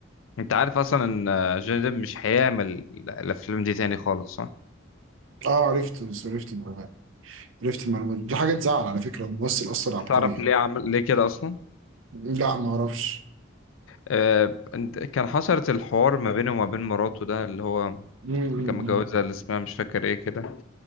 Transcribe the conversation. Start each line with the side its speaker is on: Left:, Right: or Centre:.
Left: أنت عارف أصلا إن جوني ديب مش هيعمل ال- الأفلام دي تاني خالص صح؟
Right: اه عرفت عرفت المعلومات عرفت المعلومات دي حاجة تزعل على فكرة الممثل أصلا عبقري
Left: تعرف
Right: يعني
Left: ليه عمل ليه كده أصلا؟
Right: لا ما أعرفش
Left: آه، أنت- كان حصلت الحوار ما بينه وما بين مراته ده اللي هو
Right: مم، مم،
Left: كان متجوزها
Right: مم.
Left: اللي اسمها مش فاكر إيه كده